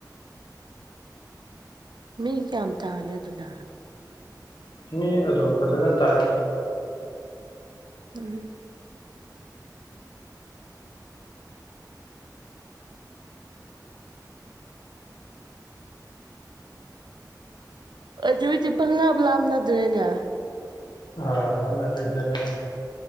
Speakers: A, on the right (about 85°); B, on the left (about 90°).
A: ꯃꯤ ꯀꯌꯥꯝ ꯇꯥꯒꯦ ꯑꯗꯨꯗ
B: ꯃꯤ ꯑꯗꯨꯝ ꯐꯖꯅ ꯇꯥꯏꯗ
A: ꯎꯝ ꯑꯗꯨꯗꯤ ꯄꯪꯪꯂꯥꯞ ꯂꯥꯞꯅꯗ꯭ꯔꯦꯅꯦ
B: ꯑ ꯂꯥꯞꯅꯗ꯭ꯔꯦ ꯏꯅꯛ ꯅꯛꯑꯦ